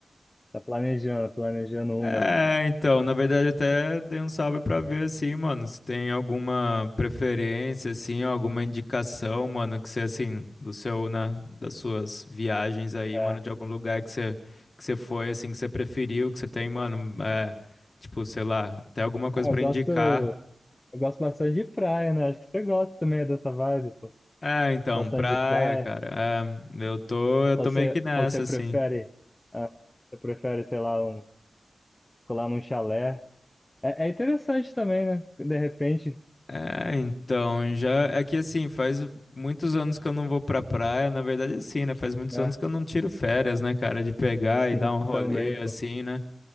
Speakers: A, on the left (about 25°); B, on the left (about 55°).
A: tá planejando, planejando uma.
B: É, então, na verdade até dei um salve pra ver assim, mano, se tem alguma preferência assim, alguma indicação, mano, que você assim, do seu, né, das suas viagens aí,
A: É.
B: mano, de algum lugar que você que você foi assim, que você preferiu, que você tem, mano, é, tipo, sei lá, até alguma coisa
A: Ah, eu
B: pra
A: gosto,
B: indicar.
A: eu gosto bastante de praia, né? Acho que você gosta também dessa vibe, pô.
B: É, então,
A: Bastante
B: praia,
A: de praia.
B: cara. É, eu tô, eu
A: Ou
B: tô
A: você,
B: meio que nessa
A: ou você prefere,
B: assim.
A: ah, você prefere, sei lá, um, colar num chalé. É, é interessante também, né? De repente,
B: É, então, já é que assim, faz muitos anos que eu não vou pra praia, na verdade assim, né? Faz muitos
A: né?
B: anos que eu não tiro férias, né, cara, de pegar
A: Sim,
B: e dar um
A: <laughs>
B: rolê
A: também,
B: assim,
A: pô.
B: né?